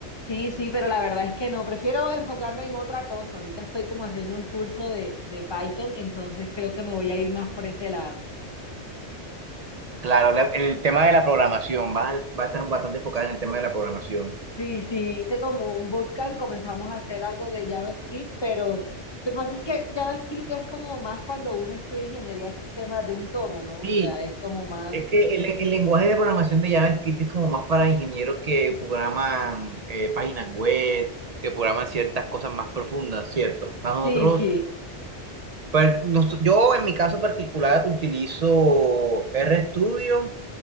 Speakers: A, on the left (about 25°); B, on the right (about 50°).
A: Sí, sí, pero la verdad es que no, prefiero enfocarme en otra cosa. Ahorita estoy como haciendo un curso de, de Python, entonces creo que me voy a ir más por ese lado.
B: Claro, la- el tema de la programación, va, a va a estar bastante enfocada en el tema de la programación.
A: Sí, sí, hice como un bootcamp, comenzamos a hacer algo de JavaScript, pero lo que pasa es que JavaScript es como más cuando uno estudia ingeniería de sistemas de un todo, ¿no? O
B: Sí,
A: sea, es como más...
B: es que el, el lenguaje de programación de JavaScript es como más para ingenieros que programan eh, páginas web, que programan ciertas cosas más profundas, ¿cierto? Para nosotros,
A: Sí, sí,
B: Pues, nos- yo en mi caso particular utilizo RStudio